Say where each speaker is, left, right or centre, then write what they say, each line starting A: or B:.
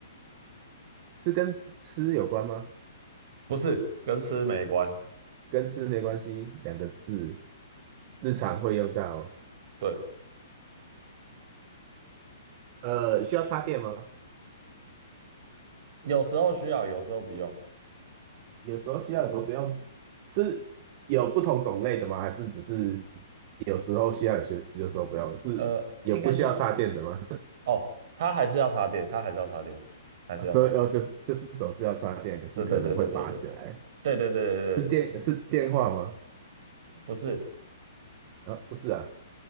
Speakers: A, on the right; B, on the right.
A: 是跟吃有关吗？
B: 不是，跟吃没关。
A: 跟吃没关系，两个字，日常会用到。
B: 对，
A: 呃，需要插电吗？
B: 有时候需要，有时候不用。
A: 有时候需要，有时候不用。是有不同种类的吗？还是只是有时候需要，有时有时候不用？是有不需要插电的吗？
B: 呃，应该是说，哦，它还是要插电，它还是要插电，还是要插。
A: 所以哦，就是就是总是要插电，可是可能会拔起来，
B: 对对对对对对对对对对对，
A: 是电是电话吗？
B: 不是
A: 啊，不是啊，